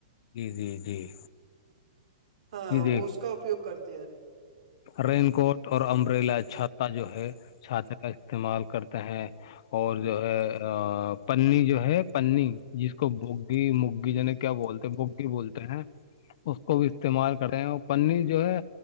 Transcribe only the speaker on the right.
ہاں
وہ اس کا اپیوگ کرتے ہیں